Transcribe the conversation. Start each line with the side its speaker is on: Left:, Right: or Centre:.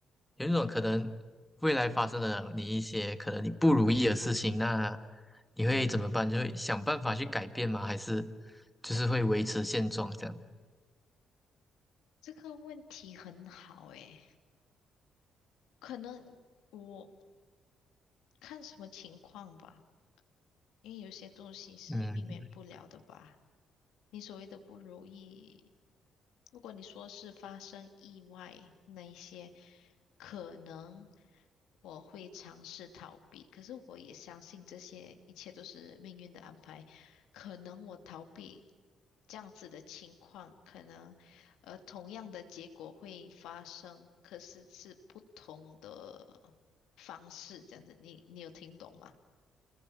Centre: 有一种可能未来发生了你一些可能你不如意的事情，那你会怎么办？
Left: 嗯，
Centre: 就会想办法去改变吗？还是就是会维持现状这样？
Left: 这个问题很好诶，可能。我。看什么情况吧，因为有些东西是避免不了的吧。
Centre: 嗯，
Left: 你所谓的不如意，如果你说是发生意外那一些，可能我会尝试逃避，可是我也相信这些一切都是命运的安排。可能我逃避这样子的情况，可能呃同样的结果会发生，可是是不同的方式，这样子，你你有听懂吗？